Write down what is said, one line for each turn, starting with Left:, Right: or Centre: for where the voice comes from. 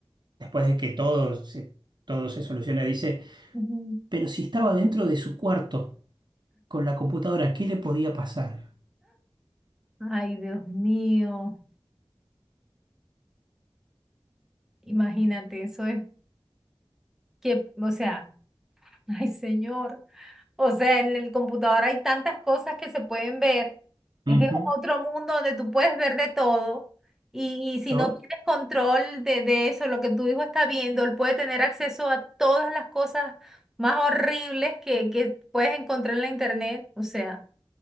Right: después de que todo se, todo se soluciona, dice,
Centre: Ujú.
Right: pero si estaba dentro de su cuarto con la computadora, ¿qué le podía pasar?
Centre: Ay, Dios mío, imagínate, eso es que, o sea, ay, señor. O sea, en el computador hay tantas cosas que se pueden ver.
Right: Ujú.
Centre: Es otro mundo donde tú puedes ver de todo. Y, y si
Right: Yo
Centre: no tienes control de, de eso, lo que tu hijo está viendo, él puede tener acceso a todas las cosas más horribles que, que puedes encontrar en la internet. O sea,